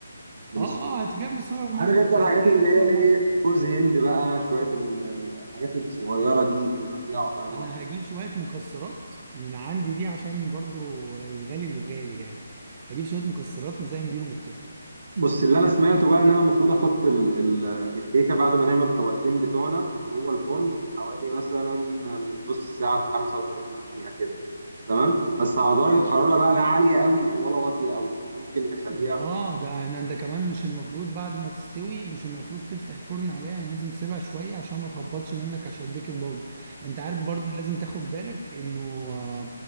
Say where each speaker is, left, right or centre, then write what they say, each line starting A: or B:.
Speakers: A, on the right; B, on the right.
A: من
B: اه
A: السوق
B: اه هتجيب من السوبر ماركت
A: عارف انت
B: هتلاقيها
A: الحاجات اللي
B: في السوبر
A: هي
B: ماركت
A: ليه جوز هند بقى شويه ال- الحاجات الصغيره دي اللي بيبقى فيها اطعمه
B: انا هجيب شويه مكسرات من عندي دي عشان برضو الغالي للغالي يعني هجيب شويه مكسرات نزين بيهم التورته
A: بص اللي انا سمعته بقى ان انا المفروض احط ال... ال... الكيكه بعد ما نعمل الطبقتين بتوعنا جوه الفرن حوالي مثلا من نص ساعه ل 35 دقيقه كده تمام بس على درجه حراره بقى لا عاليه قوي ولا واطيه قوي ممكن نخليها
B: اه ده ده انت كمان مش المفروض بعد ما تستوي مش المفروض تفتح الفرن عليها يعني لازم تسيبها شويه عشان ما تهبطش منك عشان البيكنج باودر انت عارف برضو لازم تاخد بالك انه آه،